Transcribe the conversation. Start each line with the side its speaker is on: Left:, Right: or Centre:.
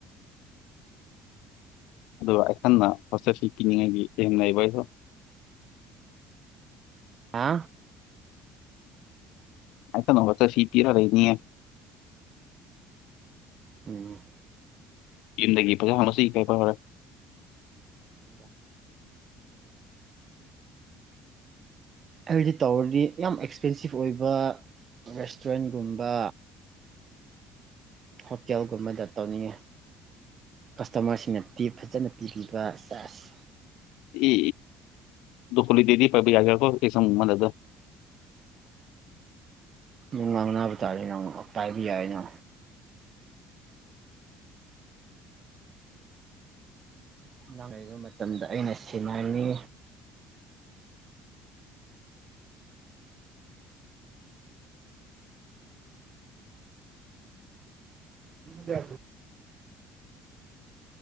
Left: ꯑꯗꯨꯒ ꯑꯩꯈꯟꯅ ꯍꯣꯇꯦꯜꯁꯤ ꯄꯤꯅꯤꯡꯉꯥꯏꯒꯤ ꯍꯡꯅꯏꯕ ꯑꯩꯍꯣ
Right: ꯑ
Left: ꯑꯁ ꯅꯆꯥ ꯁꯤꯤ ꯄꯤꯔ ꯀꯦꯅꯤꯌꯦꯦ
Right: ꯎꯝ
Left: ꯤꯟꯗꯒꯤ ꯄ ꯀꯁꯤ ꯀꯦ ꯍꯔꯦ
Right: ꯃꯗ ꯑꯩꯗꯤ ꯇꯧꯔꯗꯤ ꯌꯥꯝ ꯑꯦꯛꯁꯄꯦꯟꯁꯤꯞ ꯑꯣꯏꯕ ꯔꯦꯁꯇꯨꯔꯦꯟꯒꯨꯝꯕ ꯍꯣꯇꯦꯜꯒꯨꯝꯕꯗ ꯇꯧꯅꯤꯡꯉꯤ ꯀꯁꯇꯃꯔꯁꯤꯡꯅ ꯇꯤꯞ ꯐꯖꯅ ꯄꯤꯕꯤꯕ ꯆꯥꯔꯖ
Left: ꯏ ꯗꯨ ꯈꯣꯜꯂꯤ ꯗꯦꯗꯤ ꯄꯖꯒꯣ ꯀꯁꯥ ꯃꯨ ꯃꯗ
Right: ꯅꯨꯡ ꯉꯥꯡꯕ ꯇꯥꯔꯦ ꯅꯪ ꯄꯥꯏꯕ ꯌꯥꯏ ꯑꯩꯅ ꯂꯥꯡꯉꯕ ꯃꯇꯝꯗ ꯑꯩꯅ ꯁꯤꯟꯅꯉꯤ ꯗ